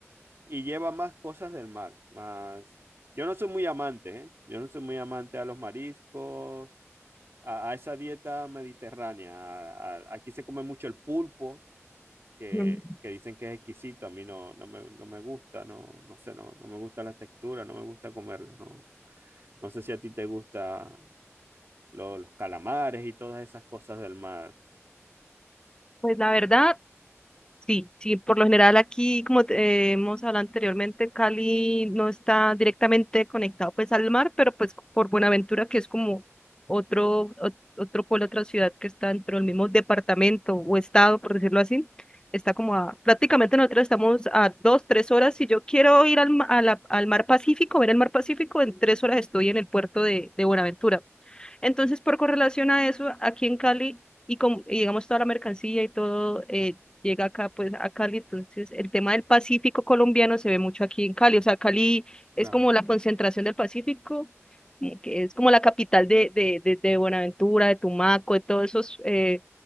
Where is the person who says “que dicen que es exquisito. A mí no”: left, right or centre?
Right